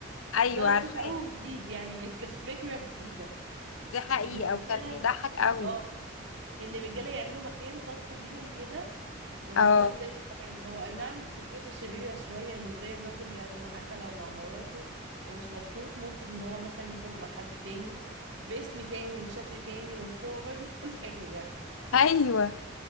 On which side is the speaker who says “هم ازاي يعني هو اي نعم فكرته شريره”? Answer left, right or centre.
Right